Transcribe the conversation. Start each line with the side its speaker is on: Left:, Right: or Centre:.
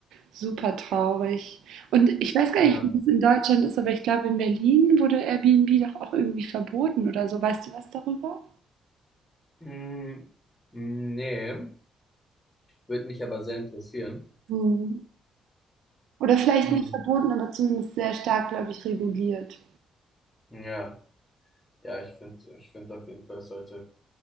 Right: super traurig. Und ich weiß gar
Left: Ja.
Right: nicht, wie es in Deutschland ist, aber ich glaube, in Berlin wurde Airbnb doch auch irgendwie verboten oder so. Weißt du was darüber?
Left: Hm, nee, würde mich aber sehr interessieren.
Right: Hm. Oder vielleicht
Left: Hm,
Right: nicht verboten, aber zumindest sehr stark, glaube ich, reguliert.
Left: ja, ja, ich finde, ich finde auf jeden Fall, es sollte